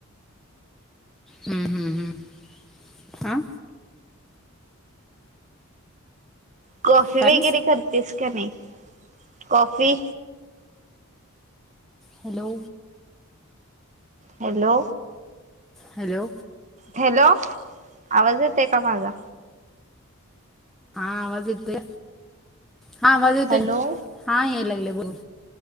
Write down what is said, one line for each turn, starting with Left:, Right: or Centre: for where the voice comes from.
Centre: हम्म हम्म हम्म आ
Right: कॉफी
Centre: काली
Right: वगैरे करतेस का नाही coffee
Centre: hello
Right: hello
Centre: hello
Right: hello आवाज येते का माझा?
Centre: हा आवाज येतोय हा आवाज येतोय
Right: हॅलो
Centre: हा यायला लागले बोल <inaudible>